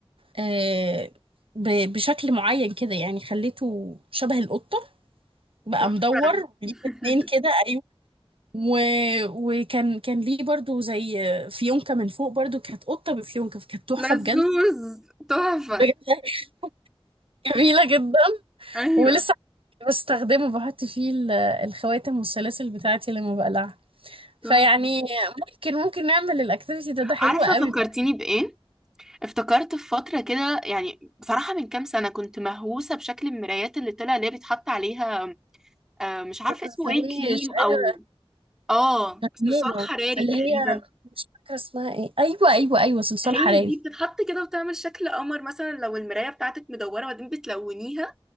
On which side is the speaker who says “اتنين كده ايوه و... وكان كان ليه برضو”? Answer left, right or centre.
Right